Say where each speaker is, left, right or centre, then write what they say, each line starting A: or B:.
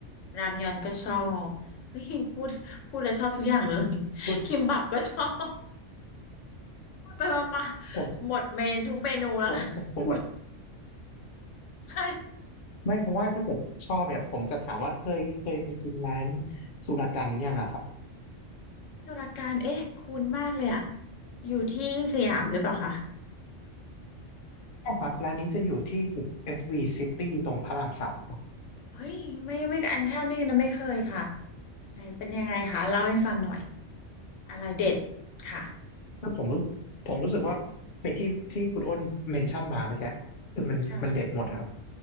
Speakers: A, on the left; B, on the left.
A: รามยอนก็ชอบ <laughs> อุ๊ยพูดพูดแล้วชอบทุกอย่างเลย <laughs>
B: คุณ
A: คิมบับก็ชอบ <laughs> ไปมามา
B: ผม
A: หมดเมนทุกเมนูแล้วค่ะ
B: ผมผมหมด
A: <laughs> ใช่
B: ไม่เพราะว่าถ้าเกิดชอบเนี่ยผมจะถามว่าเคยเคยไปกินร้านสุรกันยังอะครับ
A: ตุรการเอ๊ะคุ้นมากเลยอะอยู่ที่สยามหรือเปล่าคะ
B: ใช่ครับร้านนี้จะอยู่ที่ตึก SV City ตรงพระรามสาม
A: เฮ้ยไม่ไม่อันท่านี่นะไม่เคยค่ะไหนเป็นยังไงคะเล่าให้ฟังหน่อยอะไรเด็ดค่ะ
B: แล้วผมรู้ผมรู้สึกว่าไอ้ที่ที่คุณอ้นเมนชั่นมาเมื่อกี้คือมันมันเด็ดหมดอะครับ
A: ค่ะ